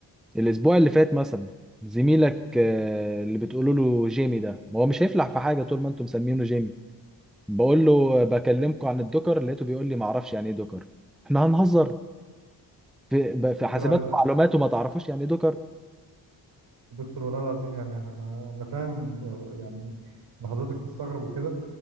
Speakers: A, in the centre; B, on the right.
A: الاسبوع اللي فات مثلا زميلك آه، اللي بتقولوا له جيمي ده ما هو مش هيفلح في حاجه طول ما انتم مسمينه جيمي بقول له آه، بكلمكم عن الدوكر لقيته بيقول لي ما اعرفش يعني ايه دوكر احنا هنهزر في ب-
B: دكتور
A: في حاسبات
B: عز...
A: ومعلومات وما تعرفوش يعني ايه دوكر
B: دكتور والله العظيم يعني انا انا فاهم آه، يعني ان حضرتك مستغرب وكده